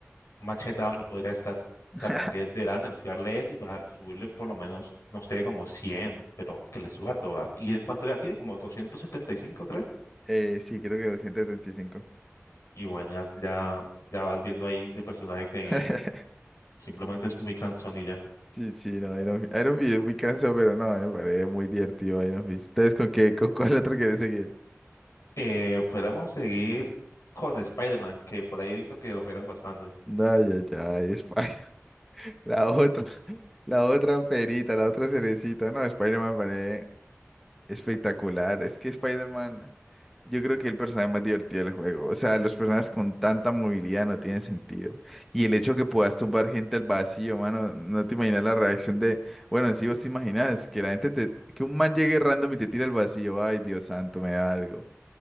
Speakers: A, on the left; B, in the centre.
A: Macheta no podría estar, o
B: <laughs>
A: sea, como que deberán nerfearle eso y va a subirle por lo menos, no sé, como 100, pero que le suba toda. ¿Y él cuánto ya tiene? Como 275, creo.
B: Eh, sí, creo que 235.
A: Y bueno, ya, ya, ya vas viendo ahí ese personaje que
B: <laughs>
A: simplemente es muy cansón y ya.
B: Sí, sí, no, Iron, Fi- Iron Fist es muy cansado, pero no, me parece muy divertido Iron Fist. ¿Ustedes con qué, con cuál otro quieren seguir?
A: Eh, fuéramos a seguir con Spider-Man, que por ahí he visto que lo juegas bastante.
B: No, ya, ya, Spider. <laughs> La otra, la otra perita, la otra cerecita. No, Spider-Man me parece. Espectacular, es que Spider-Man, yo creo que es el personaje más divertido del juego. O sea, los personajes con tanta movilidad no tienen sentido. Y el hecho que puedas tumbar gente al vacío, mano, no te imaginas la reacción de, bueno, sí vos te imaginas que la gente te, que un man llegue random y te tira al vacío, ay, Dios santo, me da algo.